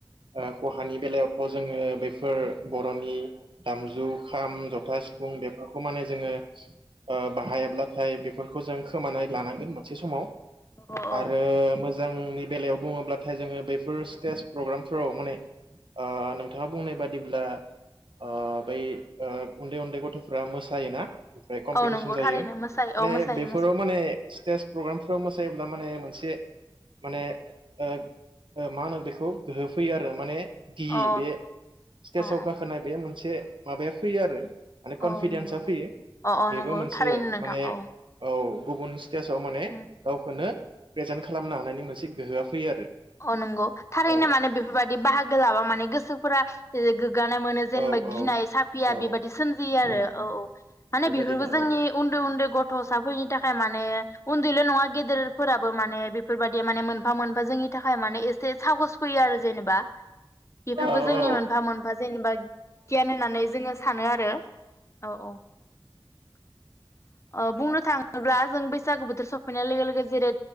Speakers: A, on the right; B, on the left.
A: ओ खहानि बेलायावथ‌' जोङो बैफोर बर'नि दामजु खाम, जथा, सिफुं बेफोरखौ माने जोङो ओ बाहायाब्लाथाय बेफोरखौ जों खोमानानै लानांगोन मोनसे समाव
B: औ
A: आरो मोजा जांनि बेलायाव बुङोब्लाथाय जोङो बेफोर स्टेज प्रग्रामफोराव माने ओ नोंथाङा बुंनाय बादिब्ला ओ बै ओ उन्दै उन्दै गथ'फ्रा मोसायोना ओमफ्राय कम्पिटिसन
B: औ नंगौ
A: जायो
B: थारैनो
A: ओमफ्राय
B: मोसायो औ मोसायो
A: बेफोराव
B: मोसायो
A: माने स्टेज प्रग्रामफ्राव मोसायोब्ला माने मोनसे माने ओ ओ मा होनो बेखौ गोहो फैयो आरो माने गियि
B: अ
A: बे स्टेसआव
B: अ
A: गाखोनाय बे मोनसे माबाया फैयो आरो माने कनफिदेन्सा
B: अ नंगौ
A: फैयो
B: अ अ
A: बेबो
B: नंगौ
A: मोनसे
B: थारैनो नोंथां
A: माने
B: औ
A: औ गुबुन स्टेजाव माने
B: उम
A: गावखौनो प्रेजेन्ट खालामनो हानायनि मोनसे गोहोआ फैयो
B: अ नंगौ थारैनो
A: आरो
B: माने बेफोरबायदि बाहागो लाबा माने गोसोफोरा गोग्गानाय मोनो जेनेबा
A: औ
B: गिनाय
A: औ
B: साफिया
A: औ
B: बेबायदि सोमजियो आरो
A: उम उम
B: औ औ माने
A: बेबायदिनो
B: बेफोरबो जोंनि
A: औ
B: उन्दै उन्दै गथसाफोरनि थाखाय माने उन्दैल नङा गेदेरफोराबो माने बेफोरबायदि माने मोनफा मोनफा जोंनि थाखाय माने एसे साहस फैयो आरो जेनेबा बेफोरबो
A: औ
B: जोंनि
A: औ
B: मोनफा मोनफा जेनेबा गियान होननानै जोङो सानो आरो औ औ औ बुंनो थाङोब्ला जों बैसागो बोथोर सफैनाय लोगो लोगो जेरै